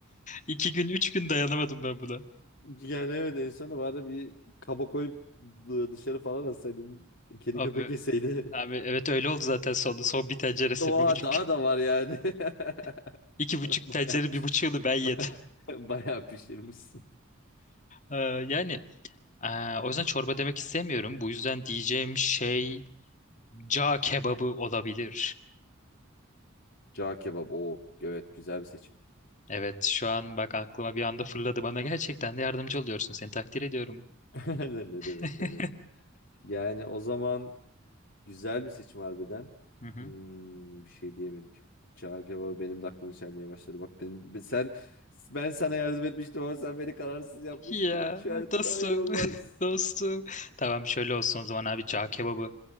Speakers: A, on the left (about 40°); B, on the left (about 60°).
A: İki gün üç gün dayanamadım ben buna.
B: Yani evet en sonunda bari bir kaba koyup dı- dışarı falan atsaydın. Kedi
A: Abi
B: köpek yeseydi.
A: abi
B: <laughs>
A: evet öyle oldu zaten sonunda son bir tenceresi
B: Oha
A: bir buçuk
B: daha da var yani. <laughs>
A: <laughs> iki buçuk
B: Bayağı
A: tencere
B: piş...
A: bir buçuğunu ben yedim.
B: <laughs> Bayağı pişirmişsin.
A: Ee, yani ee, o yüzden çorba demek istemiyorum. Bu yüzden diyeceğim şey ca kebabı olabilir.
B: Cağ kebap. Oo, evet güzel bir seçim.
A: Evet, şu an bak aklıma bir anda fırladı. Bana gerçekten de yardımcı oluyorsun. Seni takdir ediyorum.
B: <laughs> Ne demek
A: <laughs>
B: ne demek. Yani o zaman güzel bir seçim harbiden.
A: Hı hı.
B: Hmm, bir şey diyemedik. Cağ kebabı benim de aklımı çelmeye başladı. Bak ben, sen ben sana yardım etmiştim ama sen beni kararsız yapmıştın.
A: Ya
B: Şu an
A: dostum,
B: hayır olmaz.
A: <laughs> dostum. Tamam şöyle olsun o zaman abi. Cağ kebabı